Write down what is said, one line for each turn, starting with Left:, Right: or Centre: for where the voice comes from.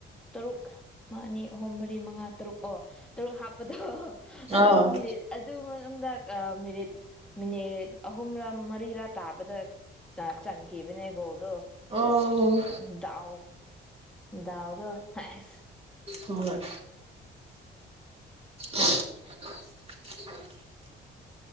Centre: ꯇꯔꯨꯛ ꯑꯅꯤ ꯑꯍꯨꯝ ꯃꯔꯤ ꯃꯉꯥ ꯇꯔꯨꯛ ꯑꯣ ꯇꯔꯨꯛ ꯍꯥꯞꯄꯗꯣ
Right: ꯑꯥ
Centre: ꯑꯗꯨ ꯃꯤꯅꯤꯠ ꯑꯗꯨ ꯃꯅꯨꯡꯗ ꯑꯥ ꯃꯤꯅꯤꯠ ꯃꯤꯅꯤꯠ ꯑꯍꯨꯝꯔꯥ ꯃꯔꯤꯔꯥ ꯇꯥꯕꯗ ꯆ ꯆꯟꯈꯤꯕꯅꯦ ꯒꯣꯜ ꯗꯣ
Right: ꯑꯣ
Centre: ꯎꯝ ꯗꯥꯎ ꯗꯥꯎꯗꯣ ꯍꯥꯢꯁ
Right: ꯍꯣꯍꯣꯢ <inaudible>